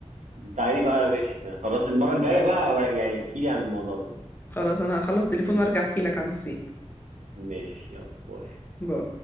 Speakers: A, on the right (about 80°); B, on the left (about 15°).
A: تعالي بقى ماشي خلاص المرة الجاية بقى يعني احكي لي عن الموضوع ده
B: خلاص انا هخلص تليفون وارجع احكي لك عن الصين
A: ماشي يلا باي
B: باي